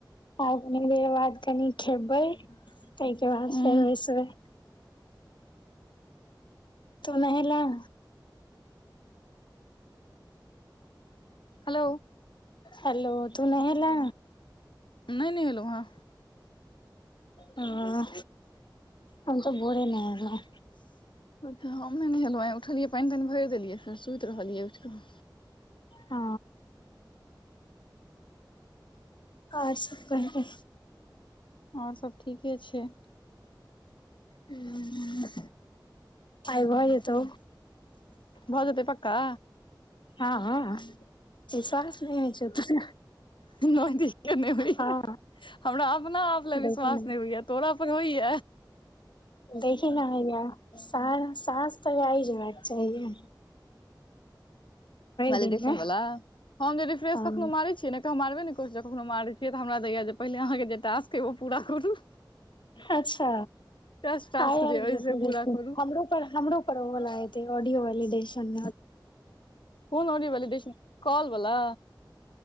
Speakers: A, on the left; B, on the left.
A: आब कनि देर बाद कनि खेबै ताहिके बाद
B: हूँ
A: फेर बेसबे तुऽ नहिलै -
B: हेलो
A: हेलो तू नहेला
B: नइ - नइ नहलो है
A: हाँ हम तऽ भोरे नहैलो।
B: अच्छा हम नहि नेेलहुँ उठलियै पाइन, ताइन, भइर देलियै फेर सुति रहलियै उठि कऽ
A: आ आओर सब कहीयो
B: आओर सब ठीके छैय
A: हुँ आइ भऽ जेतौ
B: भो जतै पक्का
A: हाँ -हाँ लाज नहि होइ छैय तोरा।
B: नय दिक्कत नहि होइया
A: हँ
B: हमरा अपना आप ल
A: देखही
B: विश्वास
A: ने
B: नहि होइया। तोरा पर होइए।
A: देखीही न हइया साँझ सास तऽ वए ही होबाक चाहि,
B: वेलिडेशन
A: दिन मे
B: वला, हम जे रिफ्रेश
A: हँ
B: कखनो मारे छियै हम मारबे नहि करबै। कखनो मारैत छियै तऽ हमरा दैये जे पहिने अहाँके जे टास्क अइ ओ पूरा करू
A: अच्छा
B: टेस्ट टास्क
A: आइ आब
B: जे अइ
A: जेतै
B: से पूरा करू
A: हमरो पर हमरो पढै वला हेतै ऑडियो वलिडेशन
B: कोन वला वैलिडेशन कॉल बला?